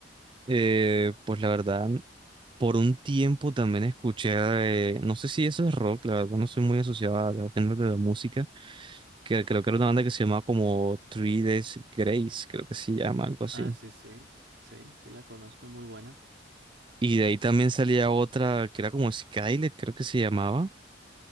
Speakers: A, on the right (about 25°); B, on the right (about 85°).
A: Eh, pues la verdad, por un tiempo también escuché, eh, no sé si eso es rock, la verdad no soy muy asociado a los géneros de la música, que creo que era una banda que se llamaba como Three Days Grace, creo que se llama, algo así.
B: Ah, sí, sí, sí, sí la conozco, muy buena.
A: Y de ahí también salía otra que era como Skylet, creo que se llamaba,